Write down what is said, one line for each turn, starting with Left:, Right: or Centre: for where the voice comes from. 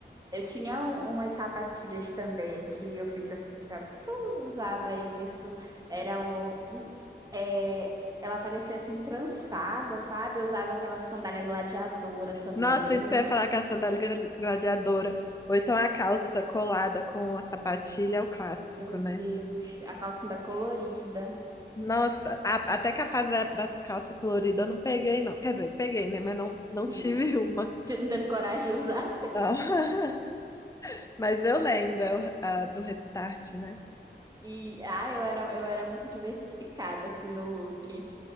Right: Eu tinha um- umas sapatilhas também que eu fico assim, cara, por que que eu usava isso? Era um. um- é, ela parecia assim, trançada, sabe? Eu usava aquela sandália gladiadora também.
Left: Nossa, isso que eu ia falar com a sandália gra- gladiadora. Ou então a calça colada com a sapatilha é o clássico,
Right: Meu Deus,
Left: né?
Right: a calcinha colorida.
Left: Nossa, a- até que a fase da- das calças coloridas eu não peguei, não. Quer dizer, eu peguei, né? Mas não, não
Right: Hum,
Left: tive
Right: <laughs>
Left: uma.
Right: não teve coragem de usar.
Left: Tá. <laughs> Mas eu lembro eu- a do Restart, né?
Right: E, ah, eu era, eu era muito diversificada, assim, no look.